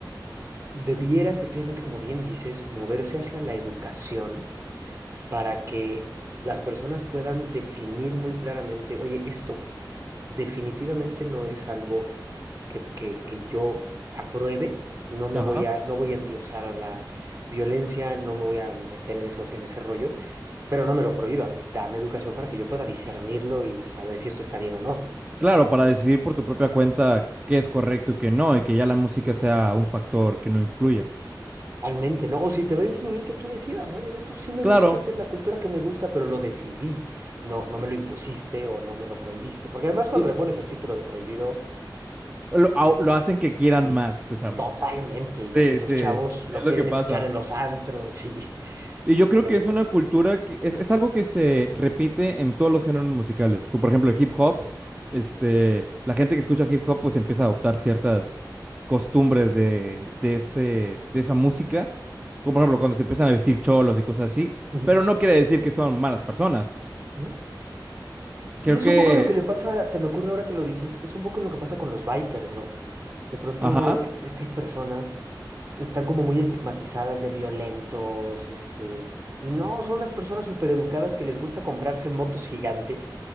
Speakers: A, on the right; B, on the right.
A: debiera efectivamente, como bien dices, moverse hacia la educación para que las personas puedan definir muy claramente, oye, esto definitivamente no es algo que, que, que yo apruebe, no me
B: Ajá.
A: voy a, no voy a endiosar a la violencia, no me voy a meter en eso, en ese rollo, pero no me lo prohíbas, dame educación para que yo pueda discernirlo y y saber si esto está bien o no.
B: Claro, para decidir por tu propia cuenta qué es correcto y qué no, y que ya la música sea un factor que no influya.
A: Realmente, ¿no? O si te va a influir que tú decidas, oye, no, esto sí me
B: Claro,
A: gusta, esta es la cultura que me gusta, pero lo decidí, no, no me lo impusiste o no me lo prohibiste. Porque además cuando
B: y
A: le pones el título de prohibido,
B: lo,
A: se
B: au- lo hacen que quieran más escucharlo.
A: totalmente, y, lo-
B: Sí,
A: y los
B: sí,
A: chavos
B: es
A: lo quieren
B: lo que pasa.
A: escuchar en los antros y <laughs>
B: Y
A: se
B: yo
A: pone
B: creo que
A: bien
B: es
A: complicado.
B: una cultura que es, es algo que se repite en todos los géneros musicales. como por ejemplo, el hip hop, este, la gente que escucha hip hop pues empieza a adoptar ciertas costumbres de, de ese, de esa música. Como por ejemplo cuando se empiezan a vestir cholos y cosas así.
A: Ujú.
B: Pero no quiere decir que son malas personas.
A: ¿No?
B: Creo
A: Pues es
B: que,
A: un poco lo que le pasa, se me ocurre ahora que lo dices, es un poco lo que pasa con los bikers, ¿no? De pronto
B: ajá,
A: es- estas personas están como muy estigmatizadas de violentos, este, y no, son las personas súper educadas que les gusta comprarse motos gigantes